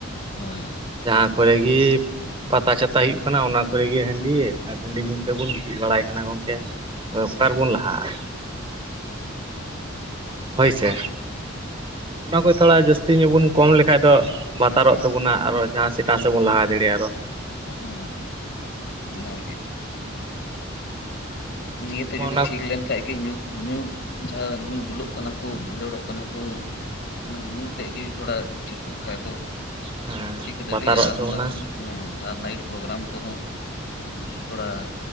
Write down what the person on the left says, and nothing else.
ᱦᱳᱭ ᱾
ᱦᱩᱸ ᱚᱱᱟᱹ ᱜᱮ᱾
ᱱᱤᱭᱟᱹᱛᱮ
ᱡᱩᱫᱤ
ᱴᱷᱤᱠ ᱞᱮᱱᱹᱠᱟᱱᱜ ᱜᱮ ᱧᱩ ᱧᱩ ᱡᱟᱦᱟᱸ ᱧᱩ ᱵᱩᱞᱚᱜ ᱠᱟᱱᱟ ᱠᱚ ᱵᱷᱤᱸᱫᱟᱹᱲᱚᱜ ᱠᱟᱱᱟ ᱠᱚᱸ ᱚᱱᱟᱹ ᱧᱩ ᱛᱮᱜ ᱜᱮ ᱛᱷᱚᱲᱟ ᱪᱷᱤᱠᱚᱼᱜ ᱠᱷᱟᱱᱡ ᱫᱚ
ᱪᱤᱠᱟᱹ ᱫᱟᱹᱲᱮᱭᱟᱜᱼᱟᱹ
ᱟᱨ
ᱦᱩᱸ ᱟᱨ ᱱᱟᱭᱤᱴ ᱯᱨᱳᱜᱨᱟᱢ ᱠᱚᱦᱚᱸ ᱛᱷᱚᱹᱲᱟ